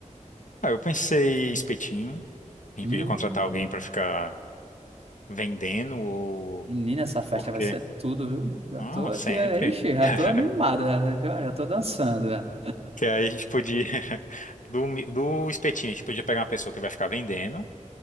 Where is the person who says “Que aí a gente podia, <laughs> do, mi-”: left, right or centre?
Left